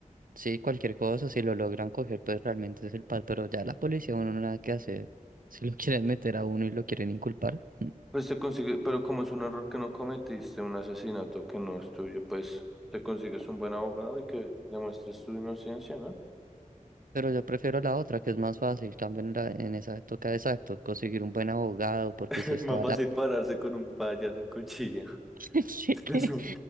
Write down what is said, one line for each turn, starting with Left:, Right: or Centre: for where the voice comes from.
Right: Sí, cualquier cosa, si lo logran coger, pues realmente es el pal, pero ya la policía uno nada que hacer. <laughs> Si lo quieren meter a uno y lo quieren inculpar. <laughs>
Centre: Pues te consigue, pero como es un error que no cometiste, un asesinato que no es tuyo, pues te consigues un buen abogado y que demuestres tu inocencia, ¿no?
Right: Pero yo prefiero la otra, que es más fácil. Cambio en, la, en esa toca exacto, conseguir un buen abogado, porque
Centre: <laughs>
Right: si es
Centre: más
Right: toda
Centre: fácil
Right: la...
Centre: pararse con un payaso a cuchillo.
Right: <laughs>
Centre: <laughs>
Right: qué